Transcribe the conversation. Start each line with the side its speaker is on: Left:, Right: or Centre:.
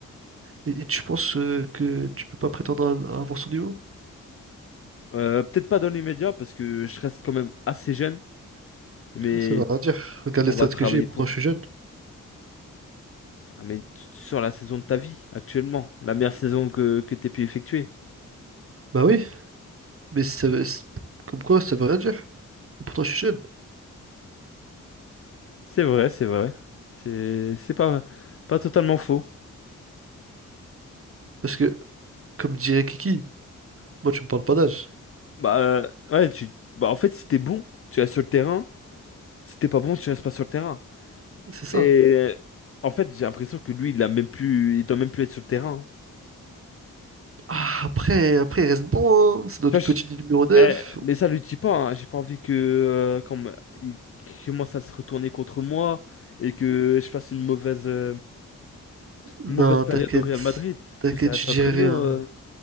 Right: et, et tu penses euh, que tu peux pas prétendre à, à avoir son niveau?
Left: Euh, peut-être pas dans les médias parce que je reste quand même assez jeune, mais
Right: Ça veut rien dire. Regarde
Left: on
Right: les stats
Left: va travailler
Right: que j'ai, et pourtant
Left: pour.
Right: je suis jeune.
Left: Ah, mais tu- tu- sur la saison de ta vie, actuellement, la meilleure saison que, que t'aies pu effectuer.
Right: Bah oui, mais ça veut... c'est- Comme quoi, ça veut rien dire. Et pourtant je suis jeune.
Left: C'est vrai, c'est vrai. C'est c'est pas, pas totalement faux.
Right: Parce que, comme dirait Kiki, moi tu me parles pas d'âge.
Left: Bah, euh, ouais, tu... bah, en fait, si t'es bon, tu restes sur le terrain. Si t'es pas bon, tu restes pas sur le terrain.
Right: C'est ça.
Left: Mais en fait, j'ai l'impression que lui, il a même plus... il doit même plus être sur le terrain. hein.
Right: Ah, après, après, il reste bon, hein. C'est notre
Left: Tu vois, je-
Right: petit numéro neuf.
Left: eh, mais ça lui dit pas, hein. J'ai pas envie que euh, quand me- il commence à se retourner contre moi et que je fasse une mauvaise, euh,
Right: Non,
Left: une mauvaise période
Right: t'inquiète.
Left: au Real Madrid.
Right: T'inquiète,
Left: Que ça reste
Right: je dirai
Left: entre nous.
Right: rien.
Left: euh.